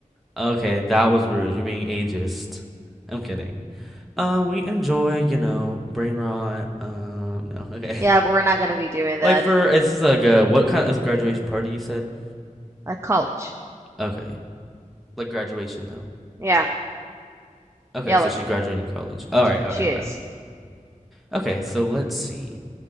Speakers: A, in the centre; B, on the right.
A: Okay, that was rude. You're being ageist. I'm kidding. Um, we enjoy, you know, brain rot. Um, no, okay.
B: Yeah,
A: <laughs>
B: but we're not gonna be doing that
A: Like for it's just like a what kind of a graduation party you said?
B: at college.
A: Okay, like graduation though.
B: Yeah,
A: Okay,
B: yeah,
A: so
B: like
A: she's graduating college. All right, all
B: she
A: right, all
B: is.
A: right. Okay, so let's see